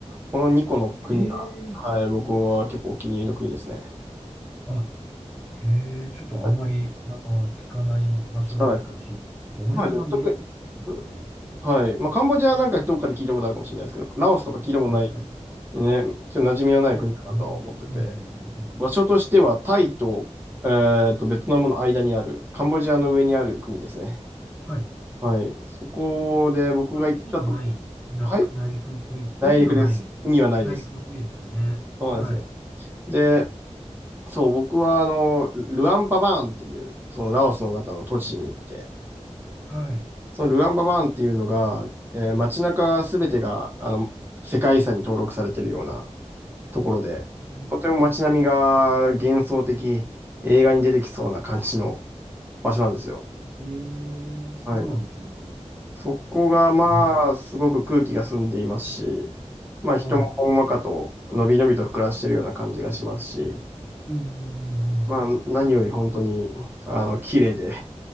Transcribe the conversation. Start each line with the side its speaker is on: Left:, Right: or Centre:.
Right: この2個の国が、
Centre: へえ、
Right: はい、僕は結構お気に入りの国ですね。
Centre: あ、へえ、ちょっとあんまり、
Right: はい。
Centre: あの、聞かない場所だったりもします。
Right: 聞かないですか
Centre: どの辺が魅力だったりするんですかね。
Right: そうですね。特に、うんはい。まあ、カンボジアなんかどっかで聞いたことあるかもしれないですけど、ラオスとか聞いたことない
Centre: うんはい、
Right: ね、ちょっと馴染みのない国だなとは思ってて、
Centre: そうですね。ええ、ええ、ええ
Right: 場所としてはタイと、えーと、ベトナムの間にある、カンボジアの上にある国ですね。
Centre: はい。う
Right: はい。そこで僕が行ったとこ、
Centre: 海のない、な、
Right: はい。
Centre: 内陸の国、海のない、
Right: 内陸です。海はないです。
Centre: 内陸の国ですよね。
Right: そうなんですよ。
Centre: はい。
Right: で、そう、僕はあの、ルアンババーンっていう、そのラオスの中の土地に行って、
Centre: はい。
Right: そのルアンババーンっていうのが、えー街中が全てが、あの、世界遺産に登録されてるような、ところで、
Centre: あー
Right: とても街並みが幻想的、映画に出てきそうな感じの場所なんですよ。
Centre: ええ、そうなんですね。
Right: はい。そこが、まあ、
Centre: お、
Right: すごく空気が澄んでいますし、まあ、人もほんわかと、
Centre: はい。
Right: のびのびと暮らしてるような感じがしますし、
Centre: うん、うん、うん。
Right: まあ、何より本当に、あの、綺麗で、